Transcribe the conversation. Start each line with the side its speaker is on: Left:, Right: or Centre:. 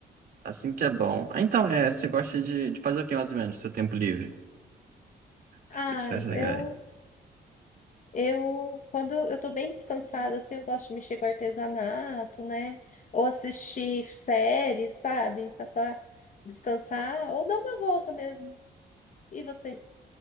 Right: Assim que é bom. Ah, então, é, você gosta de, de fazer o que mais ou menos, no seu tempo livre?
Left: Ai,
Right: As coisas que Você acha legal?
Left: eu, eu, quando eu tô bem descansada, assim, eu gosto de mexer com artesanato, né? Ou assistir séries, sabe? Passar, descansar, ou dar uma volta mesmo. E você?